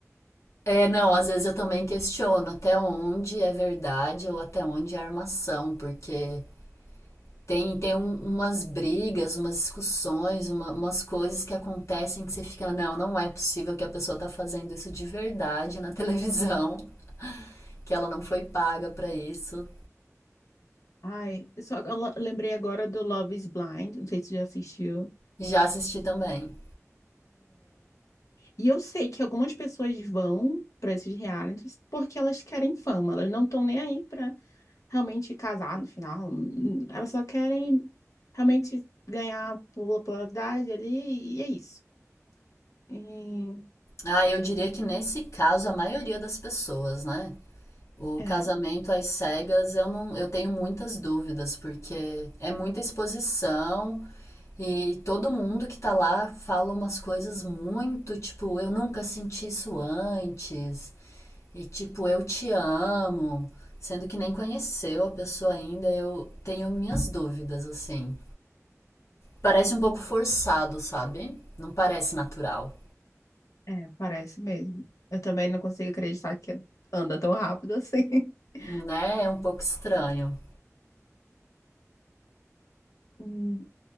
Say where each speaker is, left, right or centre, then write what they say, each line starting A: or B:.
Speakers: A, on the left; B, on the left.
A: É, não, às vezes eu também questiono até onde é verdade ou até onde é armação, porque tem, tem um- umas brigas, umas discussões, uma- umas coisas que acontecem que você fica, não, não é possível que a pessoa tá fazendo isso de verdade na <laughs> televisão, que ela não foi paga pra isso.
B: Ai, eu só agora- lembrei agora do Love is Blind, não sei se você já assistiu.
A: Já assisti também.
B: E eu sei que algumas pessoas vão para esses realities porque elas querem fama, elas não estão nem aí para realmente casar no final, elas só querem realmente ganhar popularidade ali e é isso. E,
A: Ah, eu diria que nesse caso a maioria das pessoas, né? O
B: é,
A: casamento às cegas, eu não, eu tenho muitas dúvidas, porque é muita exposição e todo mundo que tá lá fala umas coisas muito, tipo, eu nunca senti isso antes. E tipo, eu te amo, sendo que nem conheceu a pessoa ainda, eu tenho minhas dúvidas assim. Parece um pouco forçado, sabe? Não parece natural,
B: é, parece mesmo. Eu também não consigo acreditar que anda tão rápido assim. <laughs>
A: né? É um pouco estranho.
B: Hum,